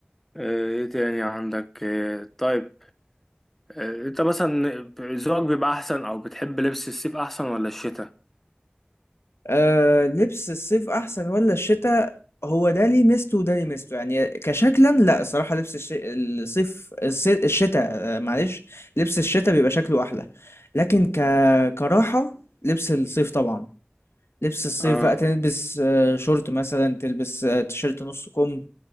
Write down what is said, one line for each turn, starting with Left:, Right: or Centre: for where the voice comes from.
Centre: آه، ايه تاني عندك آه، طيب آه، انت مثلا ذوقك بيبقى احسن او بتحب لبس الصيف احسن ولا الشتاء
Left: آه لبس الصيف احسن ولا الشتاء هو ده ليه ميزته وده ليه ميزته يعني كشكلا لا الصراحة لبس الش... الصيف الصي... الشتاء آه، معلش لبس الشتاء بيبقى شكله احلى لكن ك... كراحة لبس الصيف طبعا لبس الصيف
Centre: اه
Left: بقى تلبس آه، شورت مثلا تلبس آه، تيشيرت نص كم